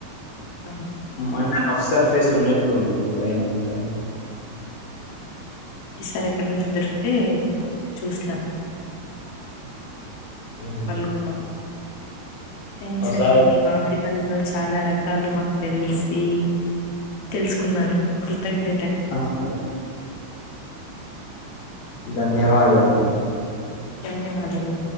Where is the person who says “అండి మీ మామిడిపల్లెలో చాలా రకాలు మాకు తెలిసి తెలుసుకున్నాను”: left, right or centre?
Left